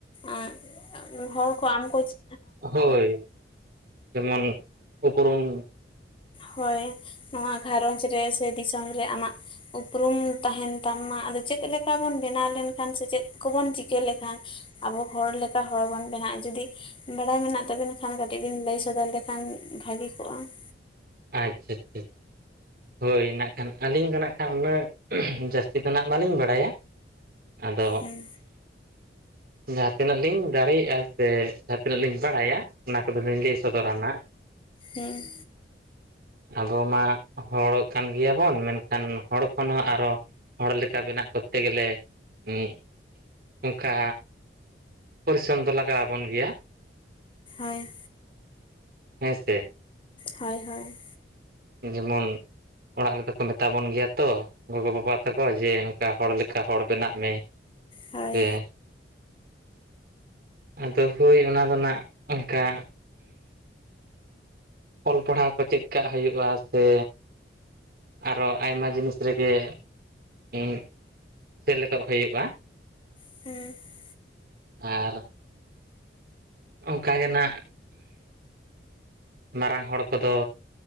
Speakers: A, on the left (about 30°); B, on the right (about 55°).
A: ᱚᱸᱜ ᱚᱸᱜ ᱦᱚᱲ ᱠᱚ ᱟᱢ ᱠᱚ‌ ᱪᱤ
B: ᱦᱳᱭ ᱾ <inaudible> ᱡᱮᱢᱚᱱ ᱩᱯᱨᱩᱢ
A: ᱦᱚᱭ ᱾ ᱱᱚᱸᱣᱟ ᱜᱷᱟᱨᱚᱸᱡᱽ ᱨᱮ ᱥᱮ ᱫᱤᱥᱚᱢ ᱨᱮ ᱟᱢᱟᱜ ᱩᱯᱨᱩᱢ ᱛᱟᱦᱮᱱ ᱛᱟᱢ ᱢᱟ ᱾ ᱟᱫᱚ ᱪᱮᱫ ᱞᱮᱠᱟ ᱵᱚᱱ ᱵᱮᱱᱟᱣ ᱞᱮᱱᱠᱷᱟᱱ ᱥᱮ ᱪᱮᱫ ᱠᱚᱵᱚᱱ ᱪᱤᱠᱟᱹ ᱞᱮᱠᱷᱟᱱ ᱟᱵᱚ ᱦᱚᱲ ᱞᱮᱠᱟ ᱦᱚᱲ ᱵᱚᱱ ᱵᱮᱱᱟᱜ-ᱟ ᱾ ᱡᱩᱫᱤ ᱵᱟᱲᱟᱭ ᱢᱮᱱᱟᱜ ᱛᱟᱵᱤᱱ ᱠᱷᱟᱱ ᱠᱟᱹᱴᱤᱡ ᱵᱤᱱ ᱞᱟᱹᱭ ᱥᱚᱫᱚᱨ ᱞᱮᱠᱷᱟᱱ ᱵᱷᱟᱹᱜᱤ ᱠᱚᱜ-ᱟ ᱾
B: <inaudible> ᱟᱪᱪᱷᱟ ᱟᱪᱪᱷᱟ ᱟᱪᱪᱷᱟ᱾ ᱦᱳᱭ ᱱᱟᱜ ᱠᱷᱟᱱ ᱟᱹᱞᱤᱧ ᱫᱚ ᱱᱟᱜ ᱠᱷᱟᱱ ᱩᱱᱟᱹᱜ ᱡᱟᱹᱥᱛᱤ ᱫᱚ ᱱᱟᱦᱟᱜ ᱵᱟᱹᱞᱤᱧ ᱵᱟᱲᱟᱭᱟ᱾ ᱟᱫᱚ
A: ᱦᱮᱸ
B: ᱡᱟᱦᱟᱸ ᱛᱤᱱᱟᱹᱜ ᱞᱤᱧ ᱫᱟᱲᱮᱭᱟᱜ-ᱟ ᱥᱮ ᱡᱟᱦᱟᱸ ᱛᱤᱱᱟᱹᱜ ᱞᱤᱧ ᱵᱟᱲᱟᱭᱟ ᱚᱱᱟ ᱠᱚᱫᱚ ᱞᱤᱧ ᱞᱟᱹᱭ ᱥᱚᱫᱚᱨᱟ ᱱᱟᱦᱟᱜ ᱾ <inaudible>
A: ᱦᱮᱸ
B: ᱟᱵᱚ ᱢᱟ ᱦᱚᱲ ᱠᱟᱱ ᱜᱮᱭᱟᱵᱚᱱ ᱢᱮᱱᱠᱷᱟᱱ ᱦᱚᱲ ᱠᱷᱚᱱ ᱦᱚᱸ ᱟᱨᱚ ᱦᱚᱲ ᱞᱮᱠᱟ ᱵᱮᱱᱟᱜ ᱠᱚᱨᱛᱮ ᱜᱮᱞᱮ, ᱩᱸ <inaudible> ᱚᱱᱠᱟ ᱯᱚᱨᱤᱥᱨᱚᱢ ᱫᱚ ᱞᱟᱜᱟᱣ ᱟᱵᱚᱱ ᱜᱮᱭᱟ᱾
A: ᱦᱳᱭ ᱾
B: <inaudible> ᱦᱮᱸ ᱥᱮ ᱾
A: ᱦᱳᱭ ᱦᱳᱭ᱾
B: ᱡᱮᱢᱚᱱ ᱚᱲᱟᱜ ᱨᱮᱫᱚ ᱠᱚ ᱢᱮᱛᱟ ᱵᱚᱱ ᱜᱮᱭᱟ ᱛᱚ ᱜᱚᱜᱚ ᱵᱟᱵᱟ ᱛᱟᱠᱚ ᱡᱮ ᱚᱱᱠᱟ ᱦᱚᱲ ᱞᱮᱠᱟ ᱦᱚᱲ ᱵᱮᱱᱟᱜ ᱢᱮ᱾ <inaudible>
A: ᱦᱳᱭ
B: ᱥᱮ <inaudible> ᱟᱫᱚ ᱦᱳᱭ ᱚᱱᱟ ᱫᱚ ᱱᱟᱦᱟᱜ ᱚᱱᱠᱟ ᱚᱞ ᱯᱟᱲᱦᱟᱣ ᱠᱚ ᱪᱮᱫ ᱠᱟᱜ ᱦᱩᱭᱩᱜ-ᱟ ᱥᱮ ᱟᱨᱚ ᱟᱭᱢᱟ ᱡᱤᱱᱤᱥ ᱨᱮᱜᱮ <inaudible> ᱩᱸ ᱥᱮᱞᱮᱫᱚᱜ ᱦᱩᱭᱩᱜ-ᱟ ᱾
A: ᱦᱩᱸ ᱾
B: ᱟᱨ ᱚᱱᱠᱟ ᱜᱮ ᱱᱟᱜ ᱢᱟᱨᱟᱝ ᱦᱚᱲ ᱠᱚᱫᱚ,